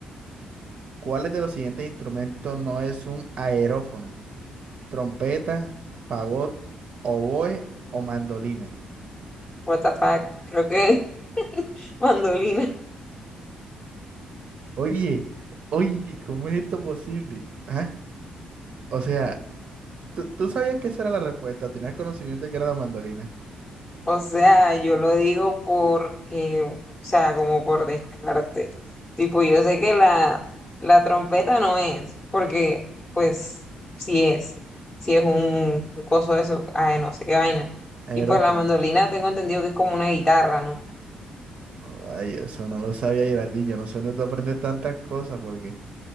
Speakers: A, on the right; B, on the left.
A: ¿Cuáles de los siguientes instrumentos no es un aerófono? ¿Trompeta, fagot, oboe o mandolina?
B: What the fuck. Creo que <laughs> mandolina.
A: Oye, oye, ¿cómo es esto posible? ¿Ah? O sea, ¿tú, tú sabías que esa era la respuesta? ¿Tenías conocimiento de que era la mandolina?
B: O sea, yo lo digo porque, o sea, como por descarte. Tipo, yo sé que la, la trompeta no es, porque, pues, sí es. Si es un, un coso de eso, ay, no sé qué vaina.
A: Aerófono.
B: Y pues la mandolina tengo entendido que es como una guitarra, ¿no?
A: Ay, eso no lo sabía Geraldinho. No sé dónde tú aprendes tantas cosas, porque